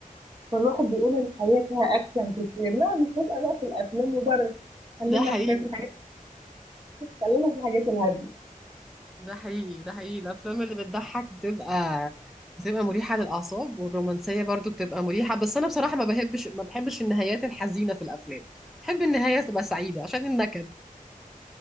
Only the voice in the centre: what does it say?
ده حقيقي
ده حقيقي ده حقيقي الأفلام اللي بتضحك بتبقى بتبقى مريحة للأعصاب والرومانسية برضو بتبقى مريحة بس أنا بصراحة ما بحبش ما بحبش النهايات الحزينة في الأفلام بحب النهاية تبقى سعيدة عشان النكد